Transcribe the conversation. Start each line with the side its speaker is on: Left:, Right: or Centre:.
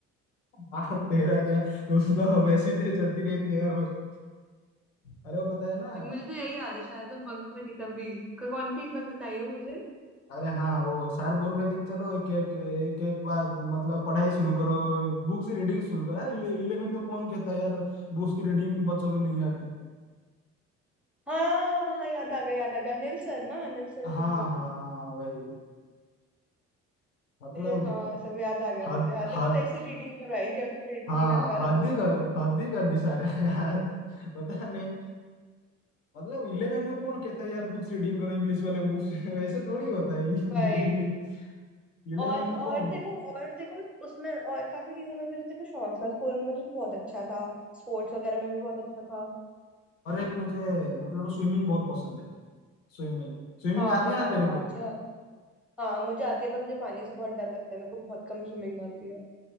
Left: हाँ तेरा क्या उस तो वैसी तेरे चलती रहती है हर वक्त। अरे वो पता है ना
Centre: ये मुझे तो यही याद है शायद मैं बंक पे थी तभी क- कौन सी एक बार बताइए मुझे
Left: अरे हाँ वो सर बोल रहे थे कि चलो एक एक एक एक बार मतलब पढ़ाई शुरू करो बुक से रीडिंग शुरू करो अरे इलेवेंथ में कौन कहता है यार बुक्स की रीडिंग बच्चों को नहीं आती
Centre: हाँ हाँ हाँ, याद आ गया याद आ गया अनिल सर ना अनिल सर
Left: हाँ
Centre: जब बोल
Left: हाँ
Centre: रहे थे
Left: हाँ वही मतलब
Centre: ए, हाँ सब याद आ गया
Left: हद
Centre: मुझे हाँ तेरे
Left: हद
Centre: को तेरे से रीडिंग करवाई थी और तू रीडिंग
Left: हाँ
Centre: नहीं कर पा रहा
Left: हद
Centre: था
Left: ही कर हद ही कर दी सारे <laughs> यार पता नहीं मतलब इलेवेंथ में कौन कहता है यार बुक्स रीडिंग करो इंग्लिश वाले बुक्स <laughs> वैसे थोड़ी होता है इंग्लिश
Centre: भाई
Left: इलेवेंथ
Centre: और
Left: में
Centre: और
Left: कौन
Centre: तेरे को और तेरे को उसमें और काफी चीजों में भी तो तेरे को शौक था स्कूल में तो तू बहुत अच्छा था स्पोर्ट्स वगैरह में भी बहुत अच्छा था
Left: और एक मुझे मतलब स्विमिंग बहुत पसंद है स्विमिंग स्विमिंग
Centre: हाँ
Left: आती है ना तेरे को
Centre: अच्छा हाँ मुझे आती है पर मुझे पानी से बहुत डर लगता है मेरे को बहुत कम स्विमिंग आती है